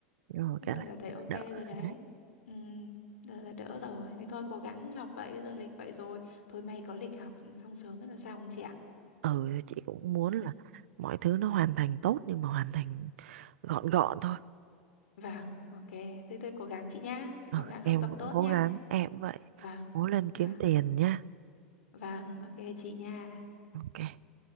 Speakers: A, on the right; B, on the left.
A: rồi
B: Bây
A: cả
B: giờ
A: là
B: là thấy ok
A: đỡ
B: rồi đấy.
A: đấy
B: Ừ, giờ là đỡ rồi. Thì thôi cố gắng học vậy, bây giờ lịch vậy rồi. Thôi may có lịch học xong sớm rất là xong chị ạ.
A: ừ thì chị cũng muốn
B: Ừ.
A: là mọi thứ nó hoàn thành tốt nhưng mà hoàn thành gọn gọn thôi
B: Vâng, ok. Thế tôi cố gắng chị nhá. Thế
A: ừ,
B: cố gắng
A: em
B: học tập
A: cũng
B: tốt
A: cố
B: nha.
A: gắng em cũng vậy
B: Vâng,
A: cố lên
B: vâng,
A: kiếm tiền nha
B: vâng, ok chị nha.
A: ok